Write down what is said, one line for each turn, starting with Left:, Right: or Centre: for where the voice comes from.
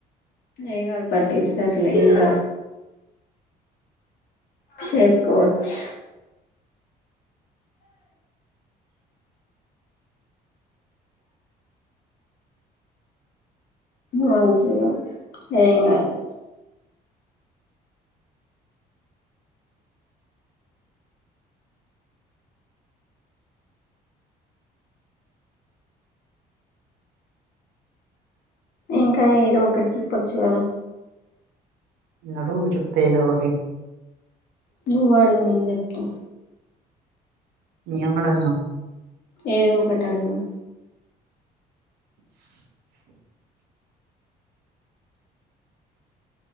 Left: ఎం గాద్ పట్టిస్తర్లే ఇంగ చేసుకోవచ్చ్ మంచిగా ఏన్ గాద్ ఇంకా ఏదో ఒకటి చెప్పొచ్చు గదా
Right: అడుగు చెప్తా ఏదొ ఒకటి
Left: నువ్వడుగు నేను చెప్తా
Right: ఏం అడగను
Left: ఏదొ ఒకటి అడుగు